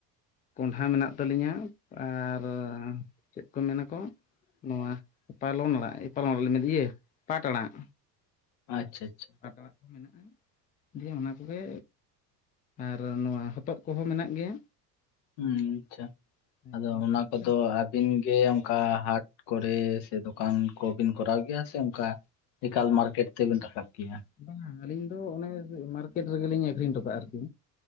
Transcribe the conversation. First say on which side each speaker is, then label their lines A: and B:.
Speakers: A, on the left; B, on the left.
A: ᱠᱚᱸᱰᱷᱟ ᱢᱮᱱᱟᱜ ᱛᱟᱹᱞᱤᱧᱟ ᱟᱨ ᱪᱮᱫ ᱠᱚ ᱢᱮᱱᱟᱠᱚ ᱱᱚᱣᱟ ᱯᱟᱞᱚᱝ ᱟᱲᱟᱜ ᱯᱟᱞᱚᱢ ᱟᱲᱟᱜ ᱞᱤᱧ ᱢᱮᱱᱮᱫᱟ ᱤᱭᱟᱹ ᱯᱟᱴ ᱟᱲᱟᱜ
B: ᱟᱪᱪᱷᱟ ᱟᱪᱪᱷᱟ
A: ᱯᱟᱴ ᱟᱲᱟᱜ ᱠᱚ ᱢᱮᱱᱟᱜ-ᱟ ᱫᱤᱭᱮ ᱚᱱᱟ ᱠᱚᱜᱮ ᱟᱨ ᱱᱚᱣᱟ ᱦᱚᱛᱚᱫ ᱠᱚᱦᱚᱸ ᱢᱮᱱᱟᱜ ᱜᱮᱭᱟ
B: ᱦᱩᱸ ᱟᱪᱪᱷᱟ
A: ᱦᱮᱸ
B: ᱟᱫᱚ
A: ᱠᱚᱜᱮ
B: ᱚᱱᱟ ᱠᱚᱫᱚ
A: ᱪᱟᱥ
B: ᱟᱹᱵᱤᱱ ᱜᱮ ᱚᱱᱠᱟ ᱦᱟᱴ ᱠᱚᱨᱮ ᱥᱮ ᱫᱚᱠᱟᱱ ᱠᱚ ᱵᱤᱱ ᱠᱚᱨᱟᱣ ᱜᱮᱭᱟ ᱥᱮ ᱚᱱᱠᱟ ᱮᱠᱟᱞ ᱢᱟᱨᱠᱮᱴ ᱛᱮᱵᱤᱱ ᱨᱟᱠᱟᱵ ᱠᱮᱭᱟ
A: ᱵᱟᱝ-ᱟ ᱟᱹᱞᱤᱧ ᱫᱚ ᱚᱱᱮ ᱢᱟᱨᱠᱮᱴ ᱨᱮᱜᱮᱞᱤᱧ ᱟᱹᱠᱷᱨᱤᱧ ᱦᱚᱴᱚ ᱠᱟᱜᱼᱟ ᱟᱨᱠᱤ